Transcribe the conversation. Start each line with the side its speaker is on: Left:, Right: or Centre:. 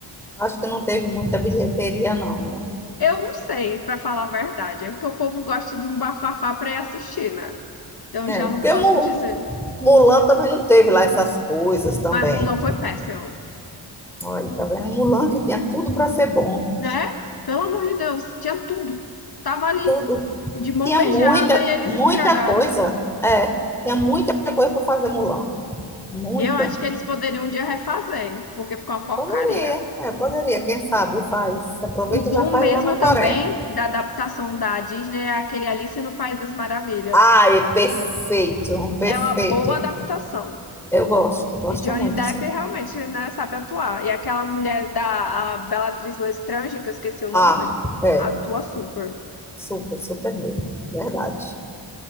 Centre: acho que não teve muita bilheteria, não, né?
Left: Eu não sei, pra falar a verdade, é porque o povo gosta de um bafafá pra ir assistir, né? Então
Centre: É,
Left: já
Centre: porque
Left: não posso
Centre: Mu-
Left: dizer.
Centre: Mulan também não teve lá essas coisas também.
Left: Mas Mulan foi péssimo.
Centre: Olha, tá vendo? Um Mulan que tinha tudo para ser bom.
Left: né? Pelo amor de Deus, tinha tudo. Tava ali,
Centre: Tudo.
Left: de mão
Centre: Tinha
Left: beijada,
Centre: muita,
Left: e eles
Centre: muita
Left: estragaram.
Centre: coisa. É, tinha muita coisa para fazer Mulan. Muita.
Left: Eu acho que eles poderiam um dia refazer, hein, porque ficou uma porcaria.
Centre: Poderia, é, poderia. Quem sabe faz. Aproveita
Left: O bom
Centre: e já faz
Left: mesmo
Centre: lá na
Left: também
Centre: Coreia.
Left: da adaptação da Disney é aquele Alice no País das Maravilhas.
Centre: Ah, é perfeito, um perfeito.
Left: É uma boa adaptação.
Centre: Eu gosto, gosto
Left: E Johnny
Centre: muito,
Left: Depp
Centre: sim.
Left: realmente, né, sabe atuar. E aquela mulher da a Bellatrix Lestrange, que eu esqueci o
Centre: Ah,
Left: nome,
Centre: é.
Left: atua super.
Centre: Super, super mesmo. Verdade.